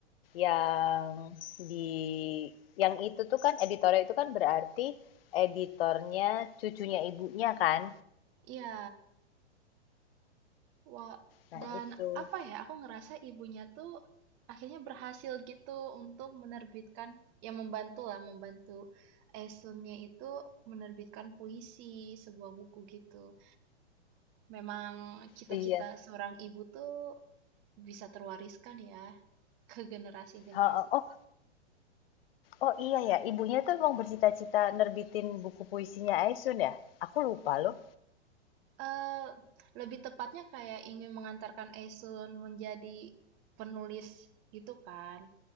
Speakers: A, on the left; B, on the right.
A: yang di yang itu tuh kan editornya itu kan berarti editornya cucunya ibunya kan.
B: Iya, Wah,
A: Nah,
B: dan
A: itu.
B: apa ya, aku ngerasa ibunya tuh akhirnya berhasil gitu untuk menerbitkan, yang membantu lah, membantu Esunnya itu menerbitkan puisi, sebuah buku gitu. Memang cita-cita
A: Iya.
B: seorang ibu tuh bisa terwariskan ya ke generasi-generasi
A: Heeh. Oh, oh iya ya, ibunya tuh emang bercita-cita nerbitin buku puisinya Aisun ya? Aku lupa loh.
B: Eee, lebih tepatnya kayak ingin mengantarkan Aisun menjadi penulis gitu kan.